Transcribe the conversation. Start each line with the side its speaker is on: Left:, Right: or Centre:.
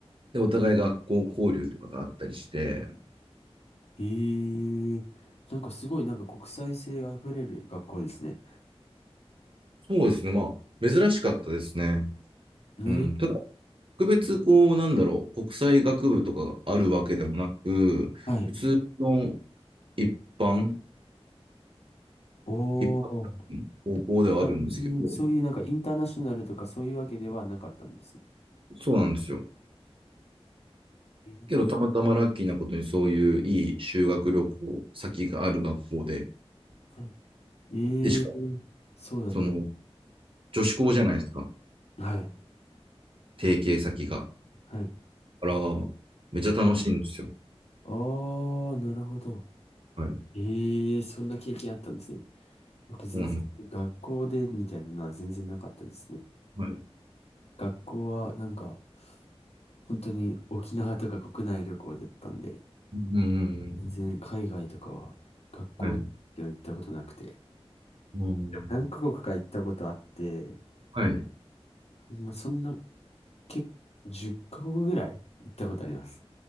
Right: で、お互い学校交流とかがあったりして、
Left: ええなんかすごいなんか国際性が溢れる学校ですね。
Right: そうですね。まあ、珍しかったですね。
Left: ね。
Right: うん。ただ、特別、こう、なんだろう、国際学部とかがあるわけでもなく、
Left: はい。
Right: 普通の一般、
Left: おお。
Right: 一般高校ではあるんですけど、
Left: あ別にそういうなんかインターナショナルとかそういうわけではなかったんですね。
Right: そうなんですよ。
Left: えー
Right: けど、たまたまラッキーなことにそういういい修学旅行先がある学校で、
Left: はいええ
Right: で、しかも、
Left: そうだった。
Right: その、女子校じゃないですか、
Left: はい。
Right: 提携先が。
Left: はい。
Right: あら、めっちゃ楽しいんですよ。
Left: ああ、なるほど。
Right: はい。
Left: ええそんな経験あったんですね。僕全然学校でみたいなのは全然なかったですね。
Right: そうなのはい。
Left: 学校はなんか本当に沖縄とか国内旅行だったんで、
Right: うん。
Left: 全然海外とかは、学校では行ったことなくて。
Right: はい。うん。
Left: でも何カ国か行ったことあって、
Right: はい。
Left: まあ、そんな、結10カ国ぐらい行ったことあります。